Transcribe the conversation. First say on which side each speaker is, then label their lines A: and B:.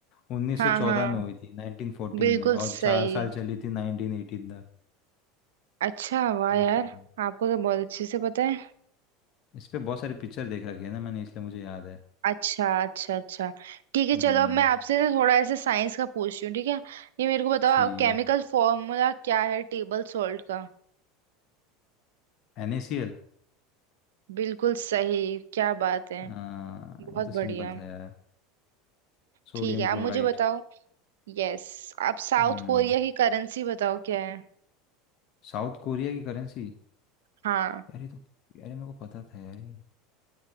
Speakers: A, on the left; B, on the right.
A: 1914
B: हाँ हाँ
A: में हुई थी 1914
B: बिल्कुल
A: में और
B: सही
A: चार साल चली थी 1918 तक
B: अच्छा वाह
A: हम्म,
B: यार आपको तो बहुत अच्छे से पता है
A: इस पे बहुत सारी पिक्चर देख रखी है ना मैंने इसलिए मुझे याद है
B: अच्छा अच्छा अच्छा ठीक है
A: हम्म
B: चलो अब मैं आपसे ना थोड़ा ऐसे साइंस का पूछती हूँ ठीक है ये मेरे को बताओ
A: ठीक
B: केमिकल फॉर्मूला क्या है टेबल सॉल्ट का
A: है NaCl
B: बिल्कुल सही क्या बात है
A: हाँ
B: बहुत
A: ये तो सिंपल
B: बढ़िया
A: था यार Sodium
B: ठीक है आप
A: chloride
B: मुझे बताओ यस आप साउथ
A: हम्म
B: कोरिया की करेंसी बताओ क्या है
A: साउथ कोरिया की करेंसी
B: हाँ
A: यार ये तो यार ये मेरे को पता था यार ये